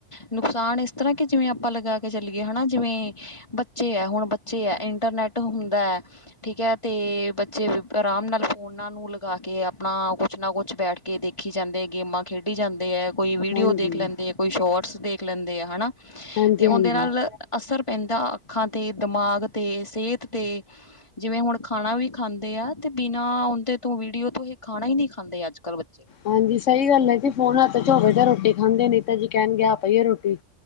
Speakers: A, on the left; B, on the left.
A: ਨੁਕਸਾਨ ਇਸ ਤਰ੍ਹਾਂ ਕਿ ਜਿਵੇਂ ਆਪਾਂ ਲਗਾ ਕੇ ਚੱਲਏ ਹਨਾ ਜਿਵੇਂ ਬੱਚੇ ਹੈ ਹੁਣ ਬੱਚੇ ਹੈ ਇੰਟਰਨੈਟ ਹੁੰਦਾ ਹੈ ਠੀਕ ਹੈ ਅਤੇ ਬੱਚੇ ਆਰਾਮ ਨਾਲ ਫੋਨਾਂ ਨੂੰ ਲਗਾ ਕੇ ਆਪਣਾ ਕੁਛ ਨਾ ਕੁਛ ਬੈਠ ਕੇ ਕੇ ਦੇਖੀ ਜਾਂਦੇ ਹੈ ਗੇਮਾਂ ਖੇਡੀ ਜਾਂਦੇ ਹੈ ਕੋਈ ਵੀਡੀਓ
B: ਹਾਂਜੀ।
A: ਦੇਖ ਲੈਂਦੇ ਆ ਕੋਈ ਸ਼ੋਰਟਸ ਦੇਖ ਲੈਂਦੇ ਆ ਹੈਨਾ
B: ਹਾਂਜੀ-ਹਾਂਜੀ,
A: ਤੇ ਉਹਦੇ ਨਾਲ
B: ਹਾਂਜੀ
A: ਅਸਰ ਪੈਂਦਾ ਅੱਖਾਂ ਤੇ ਦਿਮਾਗ ਤੇ ਸਿਹਤ ਤੇ ਜਿਵੇਂ ਹੁਣ ਖਾਣਾ ਵੀ ਖਾਂਦੇ ਆ ਤੇ ਬਿਨਾਂ ਉਹਦੇ ਤੋਂ ਵੀਡੀਓ ਤੋਂ ਇਹ ਖਾਣਾ ਹੀ ਨਹੀਂੀ ਖਾਂਦੇ ਅੱਜ ਕੱਲ ਬੱਚੇ
B: ਹਾਂਜੀ ਸਹੀ ਗੱਲ ਹੈ ਜੀ ਫੋਨ ਹੱਥ ਚ ਹੋਵੇ ਤਾਂ ਰੋਟੀ ਖਾਂਦੇ ਨੀ ਤਾਂ ਜੀ ਕਹਿਣ ਗਿਆ ਪਈਏ ਰੋਟੀ